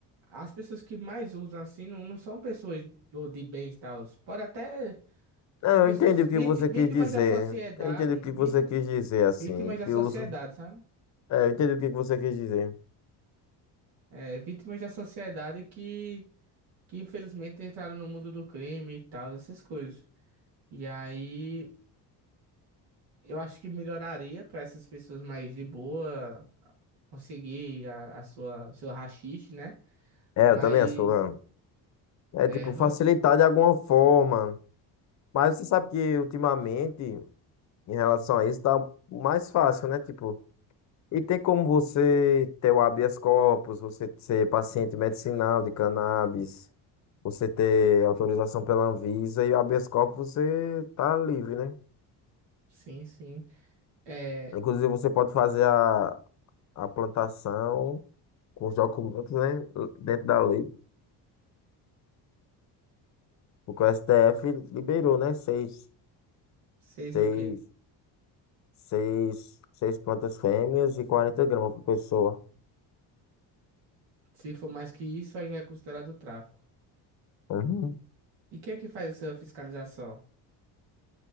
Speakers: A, on the right; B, on the left.
A: As pessoas que mais usam assim não, não são pessoas do- de bens e tal. Pode até.
B: Não,
A: São pessoas
B: eu entendi o que
A: viti-
B: você
A: vítimas
B: quis dizer.
A: da sociedade,
B: Eu entendi o que
A: vítim-
B: você quis dizer, assim,
A: vítimas
B: que
A: da sociedade,
B: uso.
A: sabe?
B: É, eu entendi o que você quis dizer.
A: É, vítimas da sociedade que, que infelizmente entraram no mundo do crime e tal, essas coisas. E aí eu acho que melhoraria para essas pessoas mais de boa conseguir a, a sua seu haxixe, né?
B: É,
A: Mas
B: eu também sou. É, É,
A: erva,
B: tipo, facilitar de alguma forma. Mas você sabe que ultimamente, em relação a isso, tá mais fácil, né? Tipo. E tem como você ter o habeas corpus, você ser paciente medicinal de cannabis, você ter autorização pela Anvisa e o habeas corpus você tá livre, né?
A: sim, sim. É,
B: Inclusive você pode fazer a, a plantação com os documentos, né? Dentro da lei. Porque o STF liberou, né? Seis,
A: seis
B: seis,
A: o quê?
B: seis, seis plantas fêmeas e 40 gramas por pessoa.
A: Se for mais que isso, aí já é considerado tráfico.
B: Uhum.
A: E quem é que faz essa fiscalização?